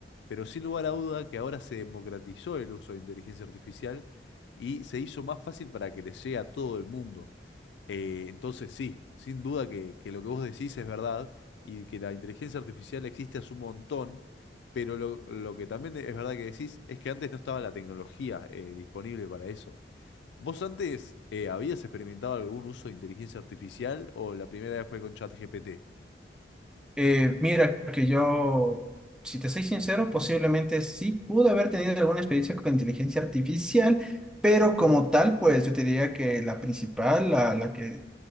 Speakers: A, on the left; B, in the centre.
A: pero sin lugar a duda que ahora se democratizó el uso de inteligencia artificial y se hizo más fácil para que le llegue a todo el mundo. Eh, entonces, sí, sin duda que, que lo que vos decís es verdad y que la inteligencia artificial existe hace un montón, pero lo, lo que también es verdad que decís es que antes no estaba la tecnología eh, disponible para eso. ¿Vos antes eh, habías experimentado algún uso de inteligencia artificial o la primera vez fue con ChatGPT?
B: Eh, mira, que yo, si te soy sincero, posiblemente sí pude haber tenido alguna experiencia con inteligencia artificial, pero como tal, pues yo te diría que la principal, la, la que